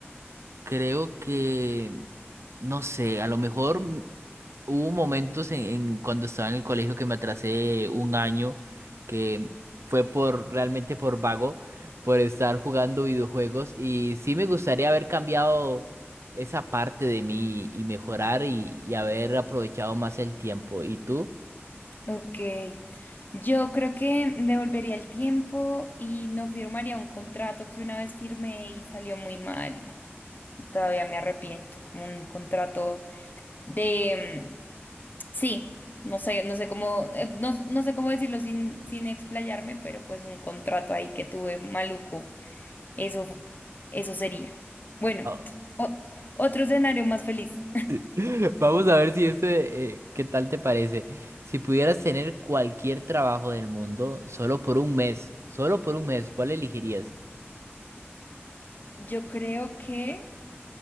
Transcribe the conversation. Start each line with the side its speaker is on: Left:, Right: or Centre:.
Right: creo que, no sé, a lo mejor. Hubo momentos en, en cuando estaba en el colegio que me atrasé un año, que fue por realmente por vago, por estar jugando videojuegos y sí me gustaría haber cambiado esa parte de mí y mejorar y, y haber aprovechado más el tiempo. ¿Y tú?
Left: Ok, yo creo que devolvería el tiempo y no firmaría un contrato que una vez firmé y salió muy mal. Y todavía me arrepiento, como un contrato de... mm, Sí, no sé, no sé cómo, eh, no, no sé cómo decirlo sin, sin explayarme, pero pues un contrato ahí que tuve maluco. Eso, fu- eso sería. Bueno,
Right: Ah,
Left: o- otro escenario más feliz.
Right: <laughs> Vamos a ver si este, eh, ¿qué tal te parece? Si pudieras tener cualquier trabajo del mundo solo por un mes, solo por un mes, ¿cuál elegirías?
Left: <laughs> Yo creo que...